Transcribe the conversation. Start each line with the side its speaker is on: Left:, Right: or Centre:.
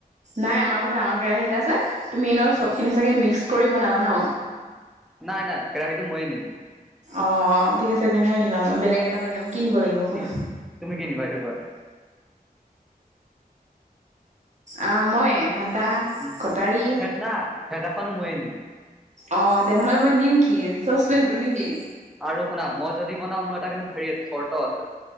Right: নাই আমাৰ ঘৰত ডাঙৰ কেৰাহী এটা আছে, তুমি ন
Centre: উম
Right: চবখিনি চাগে মিক্স কৰি বনাবা ন।
Centre: নাই, নাই কেৰাহীটো ময়ে নিম।
Right: অ ঠিক আছে তেনেহয় নিবা। মই বেলেগ এটা লৈ যাম। কি নিব লাগিব কোৱা?
Centre: কি তুমি কি নিবা সেইটো কোৱা
Right: অ' মই। হাতা
Centre: উম,
Right: কটাৰী
Centre: হেইয়াত না হেতা খন ও মই এ নিম।
Right: অ তেনেহ'লে মই নিম কি চচপেন টো নেকি?
Centre: আৰু শুনা, মই যদি বনাওঁ মোৰ এটা কিন্তু হেৰি আছে, চৰ্ত আছে।